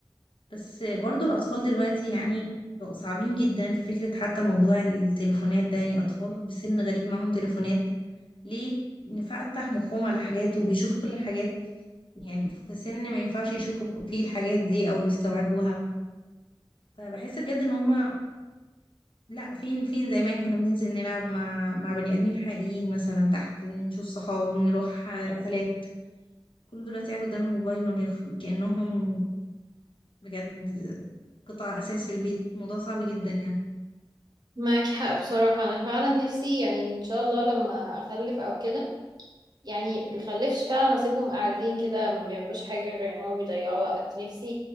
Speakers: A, on the left; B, on the right.
A: بس برضو الأطفال دلوقتي يعني بقوا صعبين جدا في فكرة حتى موضوع التليفونات ده يعني أطفال بسن غريب معاهم تليفونات ليه نفتح مخهم على حاجات وبيشوف كل الحاجات يعني في سن ما ينفعش يشوفوا كل- فيه الحاجات دي أو يستوعبوها فبحس بجد ان هما لا فين فين زمان كنا بننزل نلعب مع مع بني آدمين حقيقيين مثلا تحت نشوف صحاب نروح رحلات كله دلوقتي قاعد قدام الموبايل ما بيخ... كأنهم بجد قطع أساس في البيت موضوع صعب جدا يعني
B: معاكي حق بصراحة انا فعلا نفسي يعني ان شاء الله لما اخلف او كده يعني مخلفش فعلا واسيبهم قاعدين كده ما بيعملوش حاجة غير ان هو بيضيعوا وقت نفسي